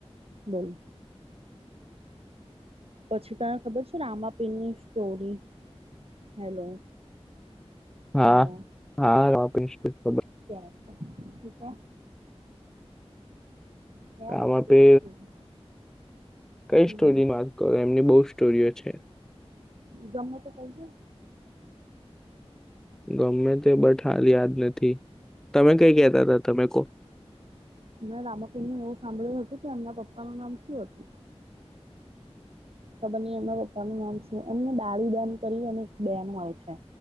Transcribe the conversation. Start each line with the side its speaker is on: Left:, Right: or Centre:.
Right: બોલું. પછી તને ખબર છે ન રામાપીરની સ્ટોરી? હેલો.
Centre: હા
Right: હલો
Centre: હા રાપીર ની સ્ટોરી
Right: કે ઠીકે. કે રામાપીર
Centre: આમાં પે
Right: ની સ્ટોરી.
Centre: કઈ
Right: હમ
Centre: સ્ટોરીમાં ત કરો એમની બહુ સ્ટોરીઓ છે.
Right: ગમે તે કઈ દે.
Centre: ગમે તે બટ હાલ યાદ નથી તમે કઈ કેતા હતા તમે કો.
Right: મેં રામાપીર નું એવું સાંભળ્યું હતું કે એમના પપ્પાનું નામ શું હતું? ખબર નહીં એમના પપ્પાનું નામ શું એમને દાળી બેન કરી અને એક બેન હોય છે.